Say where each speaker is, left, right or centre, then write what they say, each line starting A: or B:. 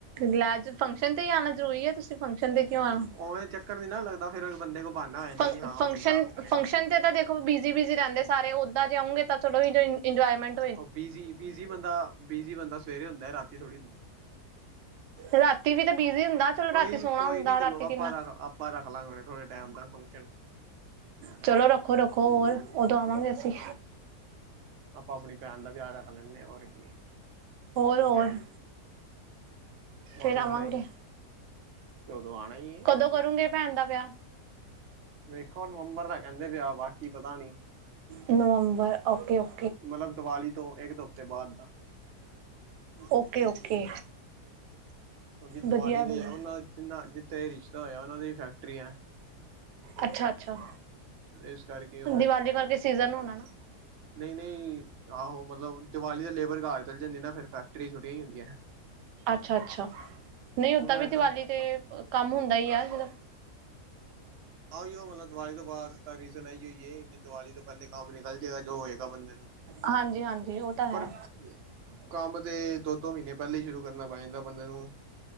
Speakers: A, on the right; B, on the right.
A: ਲੈ ਅੱਜ ਫੰਕਸ਼ਨ ਤੇ ਹੀ ਆਉਣਾ ਜ਼ਰੂਰੀ ਹੈ। ਤੁਸੀਂ ਫੰਕਸ਼ਨ ਤੇ ਕਿਉ ਆਣਾ
B: ਉਵੇਂ ਚੱਕਰ ਨੀ ਨਾ ਲੱਗਦਾ ਫੇਰ ਬੰਦੇ ਕੋਲ ਬਹਾਨਾ ਹੋ ਜਾਂਦਾ
A: ਫੰਕ
B: ਕਿ ਹਾਂ
A: ਫੰਕਸ਼ਨ
B: ਹੁਣ ਜਾ ਸਕਦੇ ਹਾਂ
A: ਤੇ ਤਾਂ ਦੇਖੋ। ਤੇ ਬਿਜ਼ੀ-ਬਿਜ਼ੀ ਰਹਿੰਦੇ ਸਾਰੇ ਉਦਾਂ ਜੇ ਆਉਂਗੇ ਤਾਂ ਚਲੋ ਵੀ ਇੰਜੋਇਮੈਂਟ।
B: ਉਹ ਬੀਜੀ, ਬੀਜੀ ਬੰਦਾ। ਬੀਜੀ ਬੰਦਾ ਸਵੇਰੇ ਹੁੰਦਾ ਰਾਤੀ ਥੋੜ੍ਹੀ ਹੁੰਦਾ।
A: ਰਾਤੀ ਵੀ ਤਾਂ ਬਿਜੀ ਹੁੰਦਾ। ਚਲੋ
B: ਕੋਈ-
A: ਰਾਤੀ ਸੋਹਣਾ
B: ਕੋਈ
A: ਹੁੰਦਾ
B: ਨੀ ਚਲੋ
A: ਰਾਤੀ
B: ਆਪਾਂ
A: ਕਿੰਨਾ
B: ਰੱਖ ਆਪਾਂ ਰੱਖ ਲਾਂਗੇ ਥੋੜੇ ਟਾਈਮ ਦਾ ਫੰਕਸ਼ਨ।
A: ਚਲੋ ਰੱਖੋ- ਰੱਖੋ ਹੋਰ, ਉਦੋਂ ਆਵਾਂਗੇ ਅਸੀਂ।
B: ਆਪਾਂ ਆਪਣੀ ਭੈਣ ਦਾ ਵਿਆਹ ਰੱਖ ਲੈਂਦੇ ਹਾਂ ਹੋਰ ਕੀ।
A: ਹੋਰ- ਹੋਰ। ਫੇਰ
B: ਉਦੋਂ
A: ਆਵਾਂਗੇ
B: ਸਹੀ ਤੇ ਉਦੋਂ ਆਉਣਾ। ਹੈ
A: ਕਦੋਂ ਕਰੋਂਗੇ ਭੈਣ ਦਾ ਵਿਆਹ?
B: ਵੇਖੋ ਨਵੰਬਰ ਦਾ ਕਹਿੰਦੇ ਪਿਆ ਬਾਕੀ ਪਤਾ ਨੀ।
A: ਨਵੰਬਰ ਓਕੇ, ਓਕੇ।
B: ਮਤਲਬ ਦੀਵਾਲੀ ਤੋਂ ਇੱਕ ਦੋ ਹਫ਼ਤੇ ਬਾਦ ਦਾ।
A: Okay -okay.
B: ਕਿਉਂਕਿ ਦੀਵਾਲੀ
A: ਵਧੀਆ
B: ਦੇ
A: ਵਧੀਆ
B: ਉਹਨਾ ਜਿੰਨਾ ਜਿੱਥੇ ਇਹ ਰਿਸ਼ਤਾ ਹੋਇਆ ਉਹਨਾਂ ਦੀ ਫੈਕਟਰੀ ਹੈ।
A: ਅੱਛਾ-ਅੱਛਾ
B: ਇਸ ਕਰਕੇ
A: ਦੀਵਾਲੀ ਕਰਕੇ ਸੀਜਨ ਹੋਣਾ ਨਾ।
B: ਨਹੀਂ-ਨਹੀਂ ਆਹੋ ਮਤਲਬ। ਦੀਵਾਲੀ ਦੇ ਲੇਬਰ ਘਰ ਚੱਲੀ ਜਾਂਦੀ ਨਾ ਫਿਰ ਫੈਕਟਰੀ ਛੁਟੀਆਂ ਹੁੰਦੀਆਂ।
A: ਅੱਛਾ-ਅੱਛਾ, ਨਹੀਂ ਓਦਾਂ
B: ਫਿਰ
A: ਵੀ
B: ਇੱਕ
A: ਦੀਵਾਲੀ ਤੇ ਕੰਮ ਹੁੰਦਾ ਹੀ ਆ ਜਿੱਦਾਂ।
B: ਆ ਹੀ ਉਹ ਮਤਲਬ ਦੀਵਾਲੀ ਤੋਂ ਬਾਅਦ ਤਾਂ ਰੀਜ਼ਨ ਆ ਹੀ ਹੋਈਏ ਕਿ ਦੀਵਾਲੀ ਤੋਂ ਪਹਿਲੇ ਕੰਮ ਨਿਕਲ ਜਾਵੇਗਾ ਜੋ ਹੋਏਗਾ ਬੰਦੇ ਨੂੰ।
A: ਹਾਂਜੀ-ਹਾਂਜੀ, ਉਹ ਤਾਂ
B: ਪਰ
A: ਹੈ।
B: ਕੰਮ ਤੇ ਦੋ-ਦੋ ਮਹੀਨੇ ਪਹਿਲਾਂ ਹੀ ਸ਼ੁਰੂ ਕਰਨਾ ਪੈ ਜਾਂਦਾ ਬੰਦੇ ਨੂੰ।